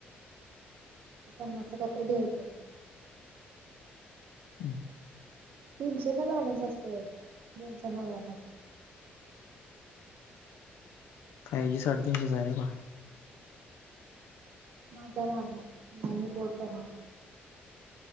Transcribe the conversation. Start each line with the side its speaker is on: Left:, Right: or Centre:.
Right: पन्नास चे काहीतरी घ्यायचं.
Left: हम्..
Right: तीनशेचा बॅलन्स असतोय, दोनशे नव्या्णचा
Left: काही <unintelligible> साडेतीीनशे हजार आहे प
Right: माझा मारणार, नाही मी बोट करणार.